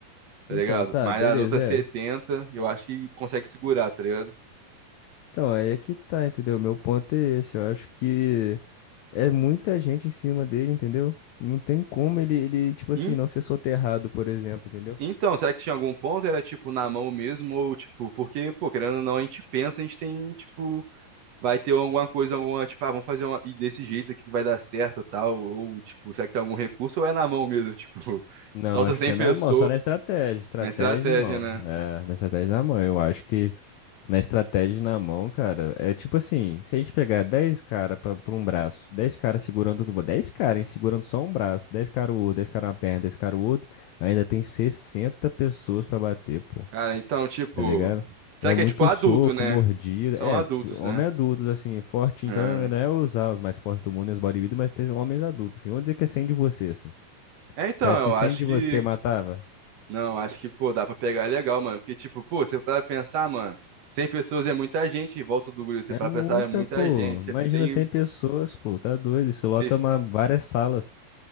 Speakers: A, on the right; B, on the left.
A: tá
B: Então,
A: ligado?
B: tá,
A: Mas
B: beleza,
A: as outras
B: é.
A: 70 eu acho que consegue segurar, tá ligado?
B: Então, aí é que tá, entendeu? Meu ponto é esse. Eu acho que é muita gente em cima dele, entendeu? Não tem como ele, ele, tipo assim,
A: En-
B: não ser soterrado, por exemplo, entendeu?
A: Então, será que tinha algum ponto? Era tipo na mão mesmo, ou tipo, porque, pô, querendo ou não, a gente pensa, a gente tem, tipo, vai ter alguma coisa, alguma, tipo, ah, vamos fazer uma, e desse jeito aqui que vai dar certo e tal, ou tipo, será que tem algum recurso, ou é na mão mesmo, tipo, <laughs>
B: Não,
A: solta
B: acho
A: 100
B: que é
A: pessoas
B: na mão, só na estratégia. Estratégia
A: na estratégia,
B: e mão.
A: né?
B: É, na estratégia e na mão. Eu acho que na estratégia e na mão, cara, é tipo assim, se a gente pegar 10 caras pra, pra um braço, 10 caras segurando tudo, 10 caras, hein, segurando só um braço, 10 caras o outro, 10 caras uma perna, 10 caras o outro, ainda tem 60 pessoas pra bater, pô.
A: Cara, então, tipo,
B: tá ligado?
A: será
B: É
A: que
B: muito
A: é tipo adulto,
B: soco,
A: né?
B: mordida.
A: São
B: É,
A: adultos,
B: tu- homem
A: né?
B: adultos, assim, forte. Então,
A: Ah,
B: não é usar os mais fortes do mundo e os bodybuilders, mas tem homens adultos, assim. Vamos dizer que é 100 de você, assim.
A: É, então,
B: Você acha
A: eu
B: que 100
A: acho
B: de
A: que
B: você matava?
A: Não, acho que, pô, dá pra pegar legal, mano. Porque, tipo, pô, você para pensar, mano, 100 pessoas é muita gente, em volta do grupo, você
B: É
A: para
B: muita,
A: pensar, é muita
B: pô.
A: gente.
B: Imagina
A: Você, sem,
B: 100 pessoas, pô. Tá doido. Isso lota
A: você-
B: uma, várias salas.